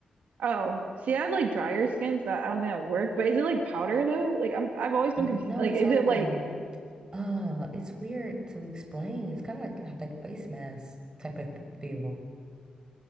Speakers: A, on the right; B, on the right.
A: Oh, see, I have like drier skins that I don't think that would work. But is it like powder though? Like I'm, I've always been
B: N-
A: confused.
B: No,
A: Like,
B: it's
A: is
B: like
A: it like
B: a uh, it's weird to explain. It's kind of like like face mask type of th- feel.